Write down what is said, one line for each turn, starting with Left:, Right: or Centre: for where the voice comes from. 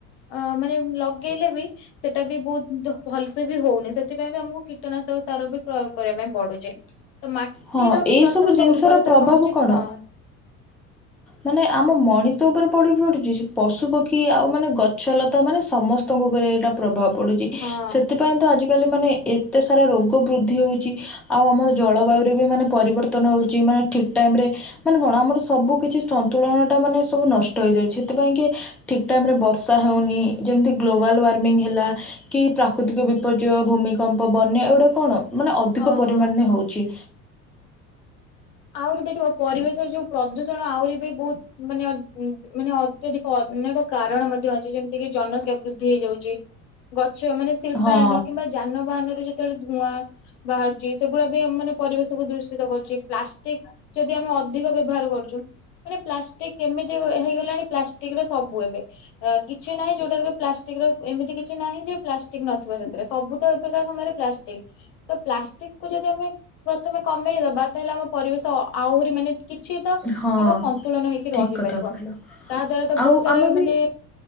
Left: ଅ ମାନେ ଲଗେଇଲେ ବି ସେଟା ବି ବହୁତ୍ ଧ ଭଲସେ ବି ହଉନି ସେଥିପାଇଁ ବି ଆମକୁ କୀଟନାଶକ ସାର ବି ପ୍ରୟୋଗ କରିବା ପାଇଁ ପଡୁଛି ତ ମାଟିର
Centre: ହଁ ଏଇ
Left: ପ୍ରଥମେ
Centre: ସବୁ ଜିନିଷର
Left: ତ ଉର୍ବରତା
Centre: ପ୍ରଭାବ
Left: କମୁଛି
Centre: କଣ
Left: ହଁ
Centre: ମାନେ ଆମ ମଣିଷ ଉପରେ ପଡୁଛି ପଡୁଛି ସେ ପଶୁପକ୍ଷୀ ଆଉ ମାନେ ଗଛ ଲତା ତ ମାନେ ସମସ୍ତଙ୍କ ଉପରେ ଏଇଟା ପ୍ରଭାବ ପଡୁଚି
Left: ହଁ
Centre: ସେଥିପାଇଁ ତ ଆଜିକାଲି ମାନେ ଏତେ ସାରା ରୋଗ ବୃଦ୍ଧି ହୋଉଛି ଆଉ ଆମର ଜଳବାୟୁରେ ବି ମାନେ ପରିବର୍ତ୍ତନ ହଉଛି ମା ଠିକ୍ ଟାଇମ୍ ରେ ମାନେ କଣ ଆମର ସବୁ କିଛି ସନ୍ତୁଳନଟା ମାନେ ସବୁ ନଷ୍ଟ ହେଇଯାଉଛି ସେଥିପାଇଁ କି ଠିକ୍ ଟାଇମ୍ ରେ ବର୍ଷା ହଉନି ଯେମିତି ଗ୍ଲୋବାଲ୍ ୱାର୍ମିଂ ହେଲା କି ପ୍ରାକୃତିକ ବିପର୍ଯ୍ୟୟ ଭୂମିକମ୍ପ ବନ୍ୟା ଏଗୁଡା କଣ ମାନେ ଅଧିକ
Left: ହଁ।
Centre: ପରିମାନେ ହଉଛି
Left: ଆହୁରି ଦେଖିବ ପରିବେଶ ଯୋଉ ପ୍ରଦୂଷଣ ଆହୁରି ବି ବୋହୁତ୍ ମାନେ ଅ ମାନେ ଅତ୍ୟଧିକ ଅନେକ କାରଣ ମଧ୍ୟ ଅଛି ଯେମିତି କିି ଜନସଂଖ୍ୟା ବୃଦ୍ଧି ହେଇଯାଉଛି ଗଛ ମାନେ ଶିଳ୍ପାୟନ
Centre: ହଁ
Left: କିମ୍ବା ଜ ଯାନବାହାନରୁ ଯେତେବେଳେ ଧୂଆଁ ବାହାରୁଚି ସେଗୁଡା ବି ମାନେ ପରିବେଶକୁୁ ଦୂଷିତ କରୁଚି ପ୍ଲା ଷ୍ଟିକ ଯଦି ଆମେ ଅଧିକ ବ୍ୟବହାର କରୁଛୁ ମାନେ ପ୍ଲାଷ୍ଟିକ କେମିତି ହେଇଗଲାଣି ପ୍ଲାଷ୍ଟିକ ର ସବୁ ଏବେ। ଏ କିଛି ନାହିଁ ଯୋଉଟାରୁ କି ପ୍ଲାଷ୍ଟିକ ର ଏମିତି କିଛି ନାହିଁ ଯେ ପ୍ଲାଷ୍ଟିକ ନଥିବ ସେଥିରେ ସବୁ ତ ଅ ଏବେକା ସମୟରେ ପ୍ଲାଷ୍ଟିକ ତ ପ୍ଲାଷ୍ଟିକକୁୁ ଯଦି ଆମେ ପ୍ରଥମେ କମେଇଦବା ତାହେଲେ ଆମ ପରିବେଶ ଆହୁରି ମାନେ କିଛି ତ
Centre: ହଁ
Left: ଆଗ ସନ୍ତୁଳନ ହେଇକି
Centre: ଠିକ
Left: ରହିପାରିବ।
Centre: କଥା କହିଲ
Left: ତା ଦ୍ଵାରା ତ
Centre: ଆଉ
Left: ବହୁତ ସାରା
Centre: ଆମେ ବି
Left: ମାନେ,